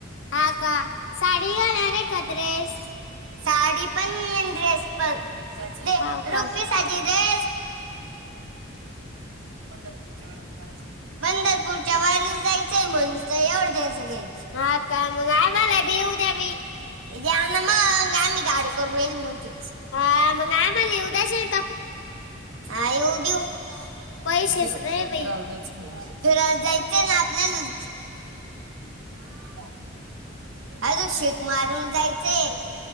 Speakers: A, on the left; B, on the right.
A: हा का, साडी घालणार आहे का ड्रेस?
B: साडी पण, ड्रेस पण दे
A: हाव का
B: रुक. <unintelligible> ड्रेस पंढरपूरच् वारीला जायचं.
A: <unintelligible>
B: पुढच्या वारीला जायचंय म्हण तर एवढं द्यायचे काय?
A: हा का मग आहे मला भिऊ द्या भी.
B: या ना मग आमही गाडी करु रोईल मोठी.
A: हा मग आ मला उद्याच.
B: हा येऊ देऊ.
A: पैसेच
B: <unintelligible>
A: नाही
B: फिरायला
A: बाई
B: जायचं आहे म्हण. फिरायला जायचे ना आपल्याल? हा. अजून शेक मारून जायचयं.